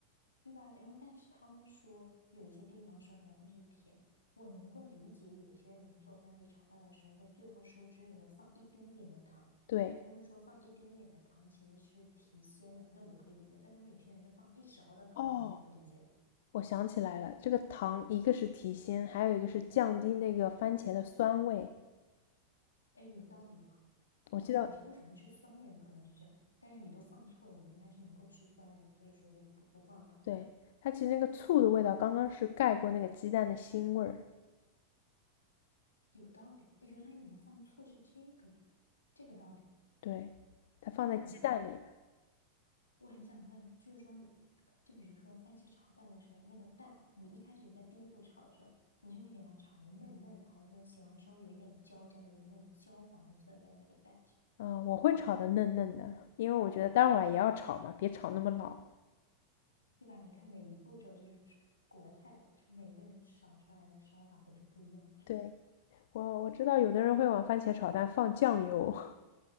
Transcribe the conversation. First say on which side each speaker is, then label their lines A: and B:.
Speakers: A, on the left (about 80°); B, on the left (about 55°).
A: 对吧？然后但是他们说有一些地方烧出来会是甜的，我能够理解有些人做番茄炒蛋的时候，在最后收汁的时候放一丁点的糖，
B: 对，
A: 因为他们说放一丁点的糖其实是提鲜的，那我可以理解。但他们有些人是放一勺的糖，
B: 哦，
A: 那我就不理解了。
B: 我想起来了，这个糖一个是提鲜，还有一个是降低那个番茄的酸味。
A: 哎，有道理啊。哦，他们有一些不喜欢吃酸的人可能是这样的，
B: 我记得，
A: 但是你都放错了，你应该是能够吃酸的人，所以说就不不放糖了。
B: 对，它其实那个醋的味道刚刚是盖过那个鸡蛋的腥味儿，
A: 有道理，哦原来你们放错是这个这个道理。
B: 对，它放在鸡蛋里的。
A: 那你，我很想问，就是说你就比如说番茄炒蛋的时候，那个蛋，你一开始在第一步炒的时候，你就会给它炒的嫩嫩的，还是说喜欢稍微有一点焦焦的，有那种焦黄色在那个蛋上，
B: 嗯，我会炒的嫩嫩的，因为我觉得待会儿也要炒嘛，别炒那么老。
A: 对吧？你看每一步骤就是吃国菜，每一个人炒出来的烧法都是不一样的。
B: 对，我我知道有的人会往番茄炒蛋放酱油，